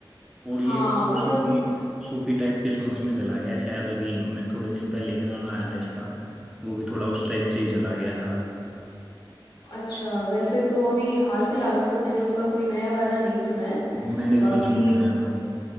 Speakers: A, in the centre; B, on the left (about 50°).
A: और
B: हाँ
A: ये अब तो
B: मतलब
A: सूफी सूफी टाइप के सॉन्ग्स में चला गया है। शायद अभी मैं थोड़े दिन पहले एक गाना आया था इसका वो भी थोड़ा उस टाइप से ही चला गया था
B: अच्छा वैसे तो अभी हाल फिलहाल में तो मैंने उसका कोई नया गाना नहीं सुना है
A: मैंने
B: बाकी
A: भी नहीं सुना याद हो